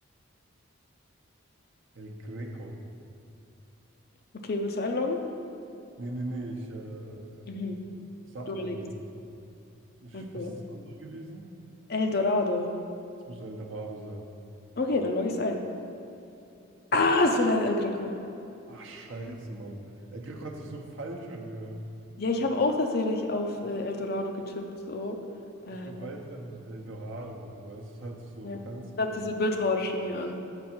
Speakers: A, on the right; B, on the left.
A: El Greco.
B: Okay, willst du einloggen?
A: Nee, nee, nee, ich äh,
B: Mhm.
A: sag
B: Du überlegst.
A: mir aber nichts. Ich,
B: Okay.
A: was ist das andere gewesen?
B: El Dorado.
A: Es muss El Dorado sein.
B: Okay, dann logge ich es ein. Ah, es war leider El Greco.
A: Ach, scheiße, Mann. El Greco hat sich so falsch angehört.
B: Ja, ich habe auch tatsächlich auf äh, Eldorado getippt, so. Äh,
A: Ich glaube,
B: auf-
A: weil es einfach so El Dorado oder so weiß. Es hört sich so
B: ja.
A: fancy
B: Da hat
A: an.
B: sich so bildhauerisch irgendwie an.